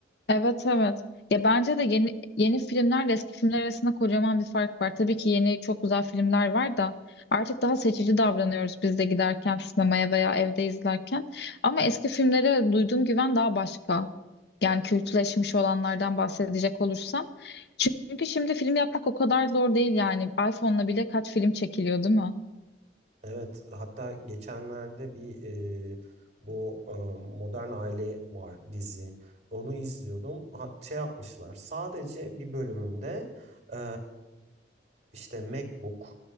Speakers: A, on the left; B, on the right.
A: Evet evet. Ya bence de yeni yeni filmlerle eski filmler arasında kocaman bir fark var. Tabii ki yeni çok güzel filmler var da artık daha seçici davranıyoruz biz de giderken sinemaya veya evde izlerken. Ama eski filmlere duyduğum güven daha başka. Yani kültleşmiş olanlardan bahsedecek olursam. Çünkü şimdi film yapmak o kadar zor değil yani. iPhone'la bile kaç film çekiliyor, değil mi?
B: Evet, hatta geçenlerde bir e, bu e, Modern Aile var dizi. Onu izliyordum. Ha, şey yapmışlar. Sadece bir bölümünde e, işte MacBook,